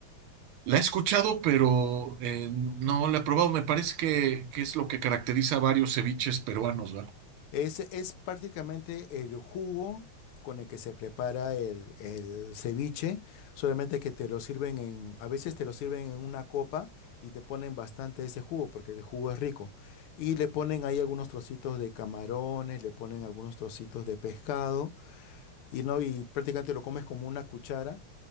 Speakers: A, on the right; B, on the left.
A: la he escuchado, pero eh, no la he probado. Me parece que, que es lo que caracteriza a varios ceviches peruanos, ¿verdad?
B: Es, es prácticamente el jugo con el que se prepara el, el ceviche, solamente que te lo sirven en, a veces te lo sirven en una copa y te ponen bastante ese jugo porque el jugo es rico. Y le ponen ahí algunos trocitos de camarones, le ponen algunos trocitos de pescado y no, y prácticamente lo comes como una cuchara,